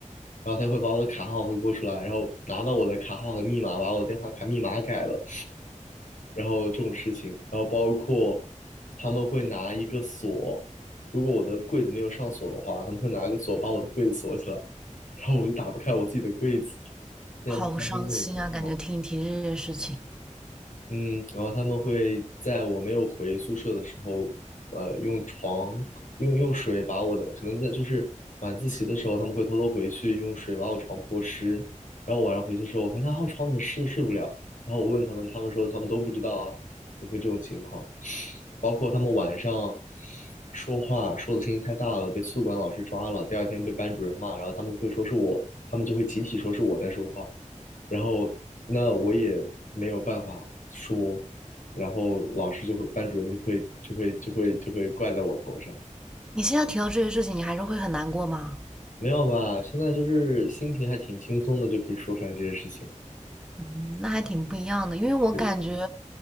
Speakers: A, on the left; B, in the centre.
A: 然后他会把我的卡号回拨出来，然后拿到我的卡号和密码，把我的电话卡密码改了，然后这种事情，然后包括他们会拿一个锁，如果我的柜子没有上锁的话，他们会拿个锁把我的柜子锁起来，然后我就打不开我自己的柜子，经常会发生这种情况。
B: 好伤心啊！感觉听你提这些事情，
A: 嗯，然后他们会在我没有回宿舍的时候，呃，用床用用水把我的，可能在就是晚自习的时候，他们会偷偷回去用水把我床泼湿，然后晚上回去的时候，我发现啊，我床怎么湿的睡不了，然后我问他们，他们说他们都不知道啊，就会这种情况，包括他们晚上说话说的声音太大了，被宿管老师抓了，第二天被班主任骂，然后他们会说是我，他们就会集体说是我在说话，然后那我也没有办法说，然后老师就会，班主任就会就会就会就会怪在我头上。
B: 你现在提到这些事情，你还是会很难过吗？
A: 没有吧？现在就是心情还挺轻松的，就可以说出来这些事情。
B: 嗯那还挺不一样的，因为我感觉
A: 是，